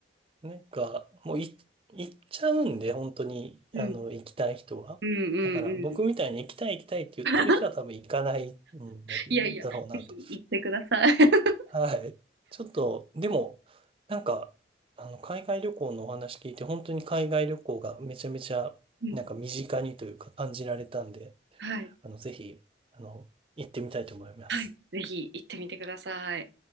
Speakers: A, on the right; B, on the right.
A: なんか、もうい、行っちゃうんで、本当に、
B: うん。
A: あの、行きたい人は。
B: うんうんうん。
A: だから、僕みたいに行きたい行きたいって言ってる人は多分行かないんだ、
B: <laughs> いやいや、
A: だろうなと。
B: ぜひ行ってください。<laughs>
A: はい。ちょっと、でも、なんか、あの、海外旅行のお話聞いて、本当に海外旅行がめちゃめちゃ、
B: うん。
A: なんか身近にというか感じられたんで、
B: はい。
A: あの、ぜひ、あの、行ってみたいと思います。
B: はい。ぜひ行ってみてください。